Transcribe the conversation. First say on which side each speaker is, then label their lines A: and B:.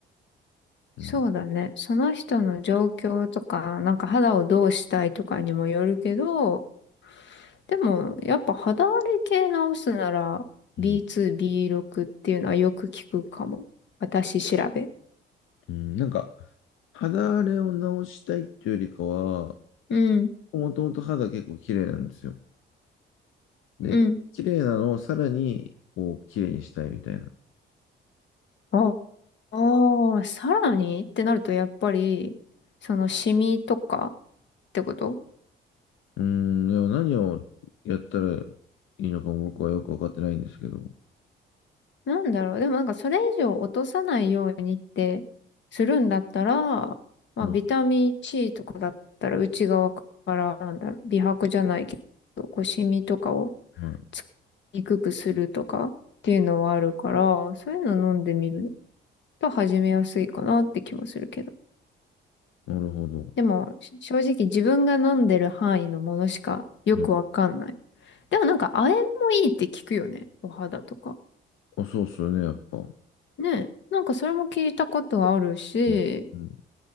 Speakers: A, on the left; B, on the left.
A: うん、
B: そうだね。その人の状況とか、なんか肌をどうしたいとかにもよるけど、でも、やっぱ肌荒れ系直すなら、
A: うん、
B: B2、B6 っていうのはよく聞くかも。私調べ。
A: うん、なんか、肌荒れを治したいっていうよりかは、
B: うん。
A: もともと肌結構綺麗なんですよ。で、
B: うん。
A: 綺麗なのをさらに、こう、綺麗にしたいみたいな。
B: あああ、さらにってなるとやっぱり、そのシミとかってこと
A: うーん、でも何をやったらいいのかも僕はよくわかってないんですけど。
B: なんだろう。でもなんかそれ以上落とさないようにってするんだったら、まあビタミン
A: はい、
B: C とかだったら内側からなんだろう、美白じゃないけど、こうシミとかを
A: はい。
B: つきにくくするとかっていうのはあるから、そういうの飲んでみると始めやすいかなって気もするけど。
A: なるほど。
B: でもし正直自分が飲んでる範囲のものしかよくわかんない。
A: はい。
B: でもなんか、亜鉛もいいって聞くよね。お肌とか。
A: あ、そうっすよね、やっぱ。
B: ねえ。なんかそれも聞いたことあるし、
A: うん、うん、